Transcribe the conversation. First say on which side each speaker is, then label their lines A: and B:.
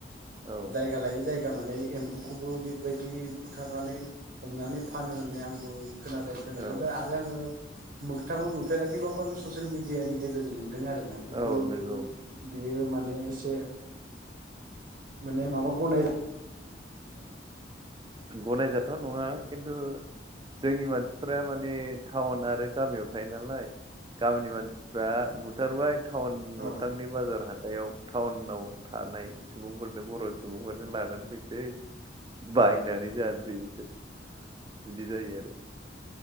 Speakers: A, on the right; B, on the right.
A: औ
B: जायगा लायै जाय गा माने एम्बुखौबो बेबायदि बुथारनानै हमनानै फानो होननानै आंबो खोनादों खोनानायालाय
A: औ
B: आरो आङो मोगथाङाव नुफेराखैबाबो आङो ससियेल मिडियानि गेजेरजों नुदों आरोना खिन्थु
A: औ नंगौ
B: बियो माने एसे माने माबा गनाय
A: गनायजाथाव नङा खिन्थु जोंनि मानसिफोरा माने टाउन आरो गामियाव थायो नालाय गामिनि मानसिफ्रा बुथारबाय। टाउन
B: औ
A: मोखांनि बाजार हाथायाव टाउनाव थानाय सुबुंफोरनो बर' सुबुंफोरनो लानानै फैसै। बायनानै जानसै बिसोरो बिदि जायो आरो।